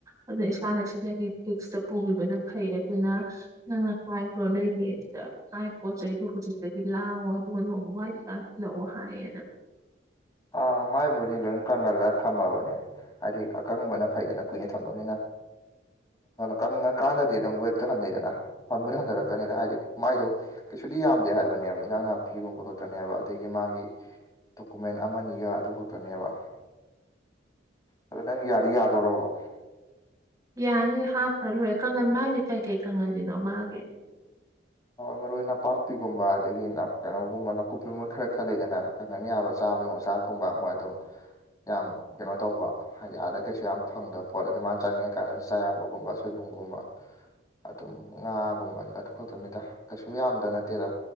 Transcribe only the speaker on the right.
ꯑꯗꯨꯅ ꯏꯁꯥꯅ ꯁꯤꯗꯒꯤ ꯐꯤꯛꯁꯇ ꯄꯨꯕꯤꯕꯅ ꯐꯩ ꯑꯗꯨꯅ ꯅꯪꯅ ꯀꯣꯛ ꯍꯥꯏꯒꯔꯣ ꯅꯣꯏꯒꯤ ꯑꯗꯨꯗ ꯉꯥꯏ ꯄꯣꯠ ꯆꯩꯗꯣ ꯍꯧꯖꯤꯛꯇꯗꯤ ꯂꯥꯡꯑꯣ ꯑꯗꯨꯒ ꯅꯣꯡꯃ ꯋꯥꯔꯤ ꯀꯥꯟ ꯊꯤꯜꯂꯛꯑꯣ ꯍꯥꯏꯌꯦꯅ
ꯌꯥꯅꯤ ꯍꯥꯞꯄꯈ꯭ꯔꯣ ꯂꯣꯏꯔꯦ ꯀ ꯀꯥꯡꯉꯟ ꯃꯥꯒꯤꯦ ꯀꯩ ꯀꯩ ꯀ ꯀꯥꯡꯉꯟꯁꯤꯗꯣ ꯃꯥꯒꯤꯦ